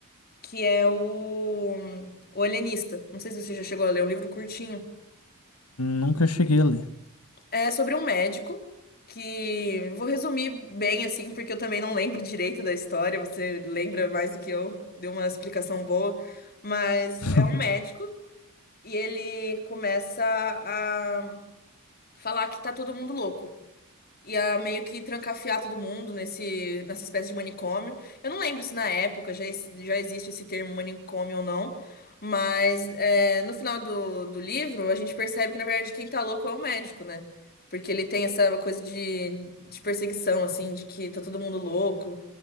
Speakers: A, on the left (about 45°); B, on the left (about 85°).
A: que é o, o Alienista. Não sei se você já chegou a ler, é um livro curtinho.
B: Nunca cheguei a ler.
A: É sobre um médico que vou resumir bem assim, porque eu também não lembro direito da história, você lembra mais do que eu, deu uma explicação boa, mas
B: <laughs>
A: é um médico e ele começa a falar que tá todo mundo louco ia meio que trancafiar todo mundo nesse, nessa espécie de manicômio. Eu não lembro se na época já, ex- já existe esse termo manicômio ou não, mas é, no final do, do livro a gente percebe que, na verdade, quem tá louco é o médico, né? Porque ele tem essa coisa de, de perseguição, assim, de que tá todo mundo louco